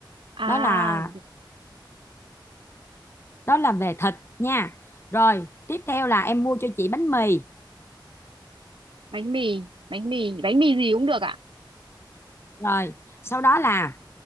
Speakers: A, on the right; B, on the left.
A: à
B: đó là đó là về thịt nha rồi tiếp theo là em mua cho chị bánh mì
A: bánh mì bánh mì bánh mì gì cũng được ạ
B: rồi sau đó là